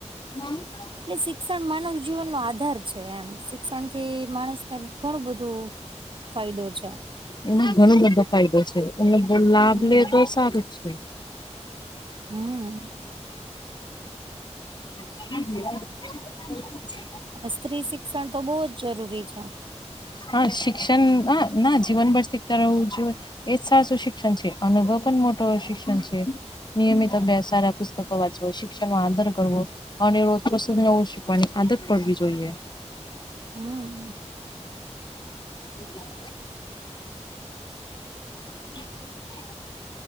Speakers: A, on the left (about 40°); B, on the right (about 45°).
A: હમ
B: એટલે શિક્ષણ માનવ જીવન નો આધાર છે એમ શિક્ષણથી માણસને ઘણું બધું ફાયદો છે
A: એમાં ઘણો બધો ફાયદો છે એનો લાભ
B: હમ
A: લે તો સારો છે
B: હમ
A: હમ હમ
B: સ્ત્રી શિક્ષણ તો બહુ જ જરૂરી છે.
A: હા શિક્ષણ હ ના જીવન બડક તાર ઉ જો એજ સાચું શિક્ષણ છે અનુભવ પણ મોટો શિક્ષણ છે નિયમિત અભ્યાસ સારા પુસ્તકો વાંચવો શિક્ષણ નો આધાર કરવો અને રોજ કશું નવું શીખવાની આદત પડવી જોઈએ.
B: હમ્મ.
A: હમ્મ. <inaudible>